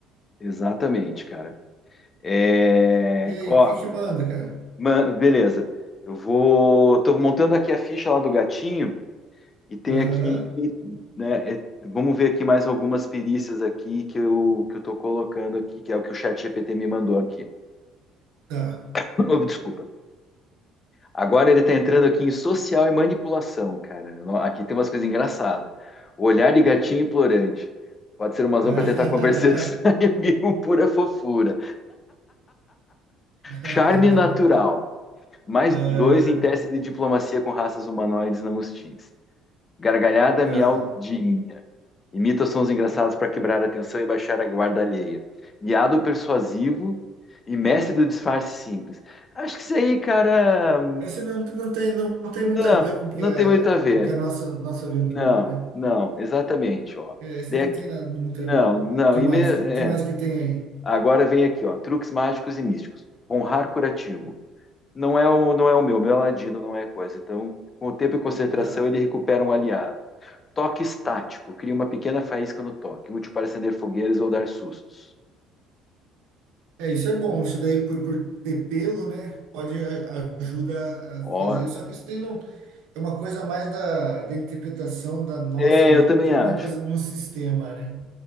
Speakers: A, on the left (about 30°); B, on the right (about 80°).
A: exatamente, cara. É,
B: E aí,
A: ó,
B: o que que manda, cara?
A: man- beleza. Eu vou, tô montando aqui a ficha lá do gatinho. E tem
B: Aham.
A: aqui, né, é- vamos ver aqui mais algumas perícias aqui que eu que eu estou colocando aqui, que é o que o chat GPT me mandou aqui.
B: Tá.
A: <clears throat> Oh, desculpa. Agora ele está entrando aqui em social e manipulação, cara. No- Aqui tem umas coisas engraçadas. Olhar de gatinho implorante. Pode ser uma razão
B: <laughs>
A: para tentar conversar. <laughs> de alguém com pura fofura.
B: <laughs>
A: Charme natural. Mais
B: Ah,
A: dois em teste de diplomacia com raças humanoides não hostis. Gargalhada
B: tá.
A: miaudinha. Imita sons engraçados para quebrar a atenção e baixar a guarda alheia. Guiado persuasivo e mestre do disfarce simples. Acho que isso aí, cara,
B: Esse não, não tem, não, tem
A: não,
B: muito a ver com que
A: não
B: a,
A: tem muito a ver.
B: com que a nossa, nossa aventura,
A: Não,
B: né?
A: não, exatamente, ó.
B: É, esses
A: Daí
B: não
A: aqui-
B: tem nada muito
A: não,
B: a ver.
A: não,
B: Que mais?
A: e me- é.
B: Que, que mais que tem aí?
A: Agora vem aqui, ó, truques mágicos e místicos. Honrar curativo. Não é o, não é o meu, meu é ladino não é coisa. Então, com o tempo e concentração,
B: Tá.
A: ele recupera um aliado. Toque estático. Cria uma pequena faísca no toque, útil para acender fogueiras ou dar sustos.
B: É, isso é bom. Isso daí, por, por ter pelo, né? Pode a- ajuda a
A: Ó,
B: fazer. Só que isso tem não, é uma coisa mais da, da interpretação da nossa
A: é,
B: ali
A: eu também
B: do que
A: acho.
B: uma coisa no sistema, né?